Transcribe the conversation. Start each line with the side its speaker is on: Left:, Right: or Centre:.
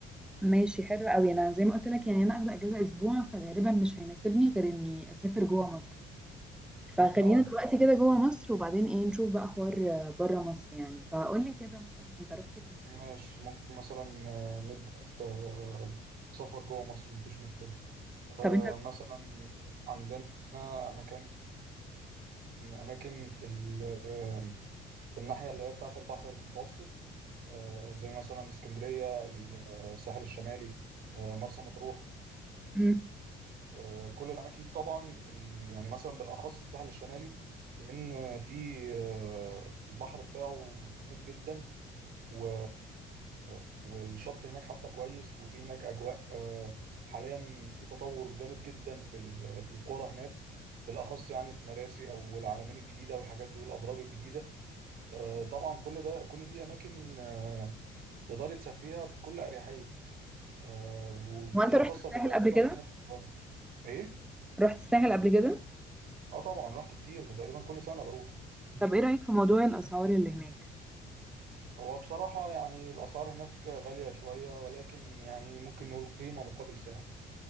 Centre: ماشي حلو قوي انا زي ما قلت لك يعني انا اخده اجازه اسبوع فغالبا مش هيناسبني غير اني اسافر جوه مصر فخلينا
Right: اه
Centre: دلوقتي كده جوه مصر وبعدين ايه نشوف بقى حوار بره مصر يعني فقولي كده مثلا انت رحت فين
Right: ماشي
Centre: طيب
Right: ممكن مثلا آه، نبدأ آه، سفر جوه مصر مفيش مشكلة آه،
Centre: طب انت
Right: مثلا عندنا مكان أماكن في ال- آه، في الناحية اللي هي بتاعة البحر المتوسط آه، زي مثلا اسكندرية ال- آه، الساحل الشمالي آه، مرسى مطروح
Centre: مم.
Right: آه، كل الأماكن دي طبعا ال- يعني مثلا بالأخص الساحل الشمالي لأن في آه، البحر بتاعه جامد جدا و... والشط هناك حتى كويس وفي هناك أجواء آه، حاليا في تطور جامد جدا في ال- في القرى هناك بالأخص يعني في مراسي أو العلمين الجديدة والحاجات دي والأبراج الجديدة آه، طبعا كل ده كل دي أماكن آه، تقدري تسافريها بكل أريحية آه، وبالأخص
Centre: هو انت رحت الساحل
Right: هتبقى قريبة
Centre: قبل كده
Right: مننا في القاهرة إيه؟
Centre: رحت الساحل قبل كده
Right: آه طبعا رحت كتير ده تقريبا كل سنة بروح
Centre: طب ايه رايك في موضوع الاسعار اللي هناك
Right: هو بصراحة يعني الأسعار هناك غالية شوية ولكن يعني ممكن نقول قيمة مقابل سعر